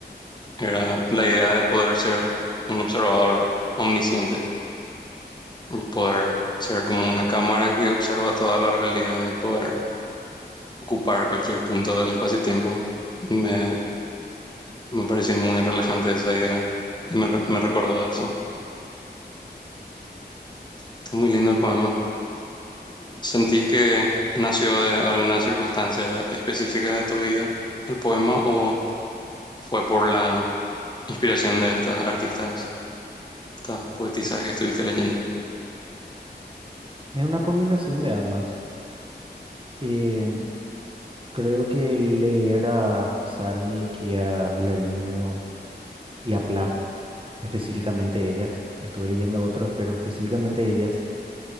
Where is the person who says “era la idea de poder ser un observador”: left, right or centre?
Left